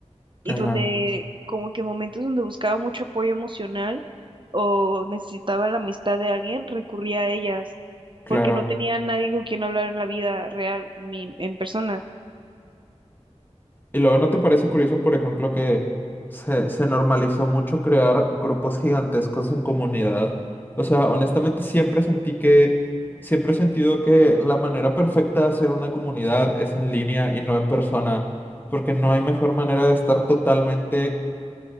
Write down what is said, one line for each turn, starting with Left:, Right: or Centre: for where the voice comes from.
Right: y
Left: Ajá,
Right: donde como que momentos donde buscaba mucho apoyo emocional o necesitaba la amistad de alguien, recurría a ellas,
Left: claro.
Right: porque no tenía nadie con quien hablar en la vida real, ni en persona.
Left: Y luego, ¿no te parece curioso, por ejemplo, que se, se normalizó mucho crear grupos gigantescos en comunidad? O sea, honestamente siempre sentí que, siempre he sentido que la manera perfecta de hacer una comunidad es en línea y no en persona, porque no hay mejor manera de estar totalmente